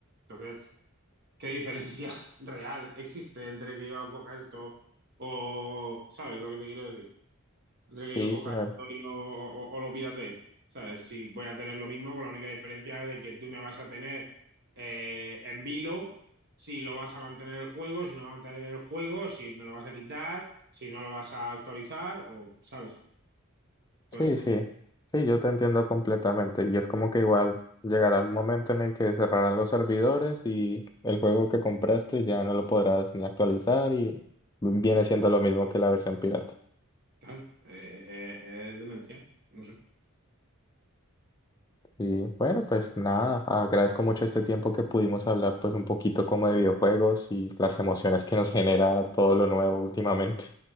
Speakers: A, on the right; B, on the left.
A: entonces ¿Qué diferencia <laughs> real existe entre que yo coja esto o, ¿sabes lo que te quiero decir? Entre que
B: Sí,
A: yo coja
B: claro.
A: esto y lo, o, o- o lo piratee. ¿Sabes? Si voy a tener lo mismo, con la única diferencia de que tú me vas a tener eh, en vilo, si lo vas a mantener el juego, si no vas a mantener el juego, si me lo vas a quitar, si no lo vas a actualizar, o, ¿sabes? Toda
B: Sí,
A: esa
B: sí,
A: movida.
B: sí, yo te entiendo completamente. Y es como que igual llegará un momento en el que cerrarán los servidores y el juego que compraste ya no lo podrás ni actualizar y viene siendo lo mismo que la versión pirata.
A: Claro, eh, eh, eh, es demencial, no sé.
B: Y bueno, pues nada, agradezco mucho este tiempo que pudimos hablar pues un poquito como de videojuegos y las emociones que nos genera todo lo nuevo últimamente.